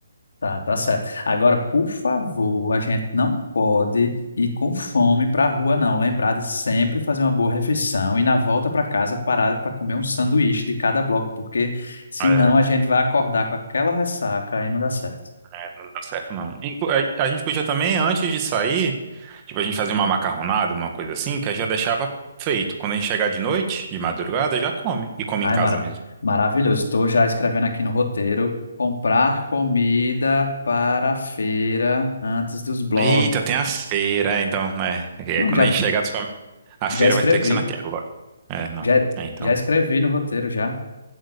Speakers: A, on the left; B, on the right.
A: Tá, tá certo. Agora, por favor, a gente não pode ir com fome para a rua, não. Lembrar de sempre fazer uma boa refeição e na volta para casa parar para comer um sanduíche de cada bloco, porque senão
B: É,
A: a gente vai acordar com aquela ressaca e não dá certo.
B: É, não dá certo, não. Inclu- A, a gente podia também, antes de sair, tipo, a gente fazer uma macarronada, uma coisa assim, que aí já deixava feito. Quando a gente chegar de noite, de madrugada, já come. E come
A: Ai,
B: em casa
A: mara
B: mesmo.
A: maravilhoso. Estou já escrevendo aqui no roteiro: comprar comida para a feira antes dos blocos.
B: Eita, tem a feira, é, então, né? É,
A: Não,
B: quando
A: já,
B: a gente chegar, tu fala, a feira
A: já escrevi.
B: vai ter que ser naquela. É, não.
A: Já,
B: É, então,
A: já escrevi no roteiro já.